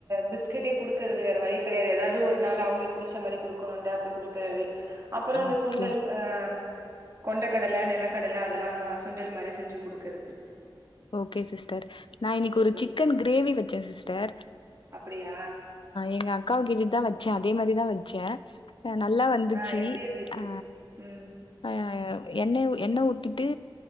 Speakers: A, on the right (about 40°); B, on the left (about 70°).
A: பிஸ்கட் குடுக் க்கிறது வேற வழி கிடையாது ஏதாவது ஒரு நாள் அவங்களுக்கு புடிச்ச மாதிரி கொடுக்கணும் அப்படி கொடுக்குறது அப்புறம் அந்த
B: ஓகே
A: சுண்டல் அஹ் கொண்டக்கடலை நிலக்கடலை அதெல்லாம் சுண்டல் மாதிரி செஞ்சு குடுக்கறிறது
B: ஓகே சிஸ்டர் நான் இன்னைக்கு ஒரு
A: இருக்கு
B: சிக்கன் கிரேவி வச்சேன் சிஸ்டர்
A: அப்டியா
B: எங்க அக்காவ கேட்டு தான் வச்சேன் அதே மாரிதா வச்சே நல்லா வந்துச்சி
A: ஆ எப்டி இருந்துச்சு
B: ஆ
A: ம்
B: அ எண்ண எண்ண ஊத்திட்டு